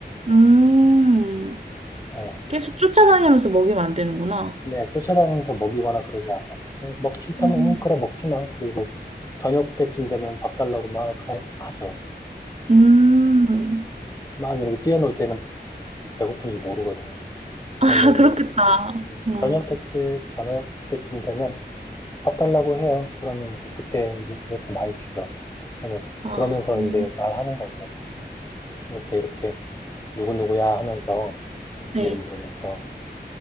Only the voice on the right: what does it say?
음,
계속 쫓아다니면서 먹이면 안 되는구나.
음.
음.
아,
그렇겠다.
어,
아,
음,
네.